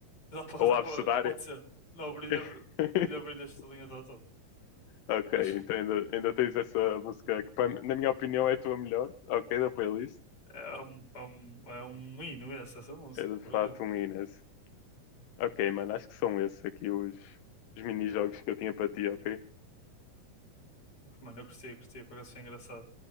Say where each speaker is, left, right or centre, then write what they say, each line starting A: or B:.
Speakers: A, on the left; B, on the left.
A: Dá pra,
B: Ou
A: dá
B: a
A: pra,
B: abecedária?
A: pode ser. Não, brilha,
B: <laughs>
A: brilha, brilha, esta linha tá top.
B: Ok,
A: Acho
B: então
A: que
B: ainda, ainda tens essa música que, para- na minha opinião, é a tua melhor. Ok, da playlist.
A: é um, é um, é um hino essa, essa música,
B: Era de
A: por
B: fato
A: acaso.
B: um Inês. Ok, mano, acho que são esses aqui os, os mini-jogos que eu tinha para ti, ok?
A: Mano, eu curti, curti, por ser engraçado.